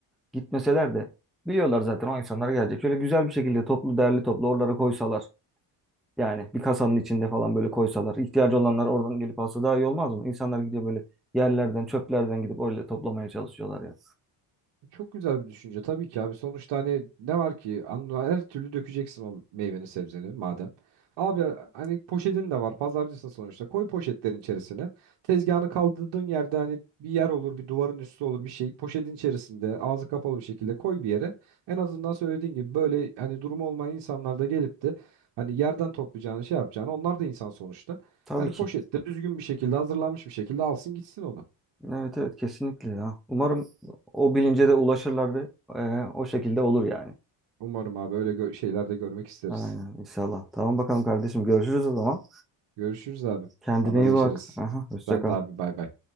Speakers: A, in the centre; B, on the right (about 60°).
A: gitmeseler de biliyorlar zaten o insanlar gelecek. Şöyle güzel bir şekilde toplu derli toplu oralara koysalar. Yani bir kasanın içinde falan böyle koysalar. ihtiyacı olanlar oradan gelip alsa daha iyi olmaz mı? İnsanlar gidiyor böyle yerlerden, çöplerden gidip öyle toplamaya çalışıyorlar ya.
B: Çok güzel bir düşünce tabii ki abi. Sonuçta hani ne var ki An- her türlü dökeceksin o meyveni sebzeni madem. Abi hani poşetin de var pazarcısın sonuçta koy poşetlerin içerisine. Tezgahını kaldırdığın yerde hani bir yer olur bir duvarın üstü olur bir şey poşetin içerisinde ağzı kapalı bir şekilde koy bir yere. En azından söylediğin gibi böyle hani durum olmayan insanlar da gelip de hani yerden toplayacağını şey yapacağını onlar da insan sonuçta.
A: Tabii
B: Hani
A: ki.
B: poşette düzgün bir şekilde hazırlanmış bir şekilde alsın gitsin onu.
A: Evet evet kesinlikle ya. Umarım o bilince de ulaşırlar ve e, o şekilde olur yani.
B: Umarım abi öyle gö- şeyler de görmek isteriz.
A: Aynen inşallah. Tamam bakalım kardeşim görüşürüz o zaman.
B: Görüşürüz abi.
A: Kendine
B: Haberleşiriz.
A: iyi bak. Aha, hoşça
B: Sen
A: kal.
B: de abi bay bay.